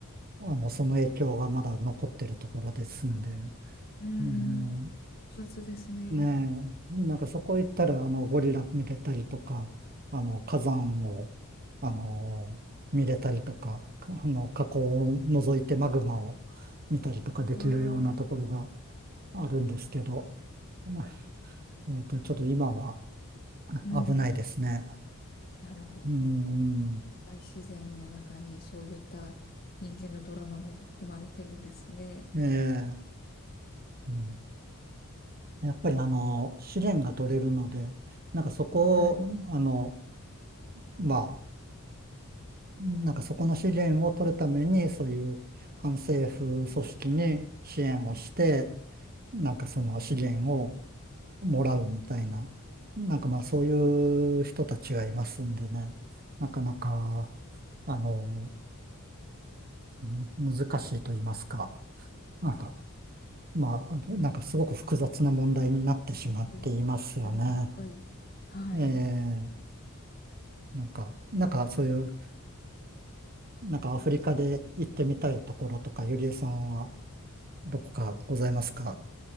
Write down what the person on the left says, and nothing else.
うん、
複雑ですね。
ああ、
うん、
なるほど。
大自然の中にそういった人間のドラマも含まれてるんですね。
はい。
それで闇が深い。はい。